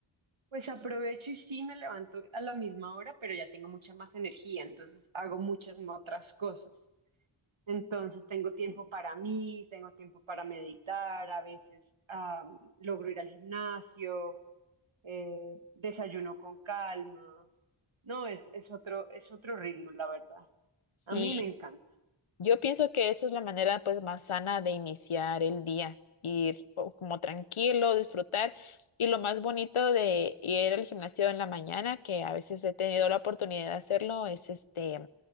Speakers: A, on the right; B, on the left.
A: Pues aprovecho y sí me levanto a la misma hora, pero ya tengo mucha más energía, entonces hago muchas más otras cosas. Entonces tengo tiempo para mí, tengo tiempo para meditar, a veces am, logro ir al gimnasio, eh, desayuno con calma. No, es, es otro, es otro ritmo, la verdad.
B: Sí,
A: A mí me encanta.
B: Yo pienso que eso es la manera pues más sana de iniciar el día, ir o, como tranquilo, disfrutar. Y lo más bonito de ir al gimnasio en la mañana, que a veces he tenido la oportunidad de hacerlo, es este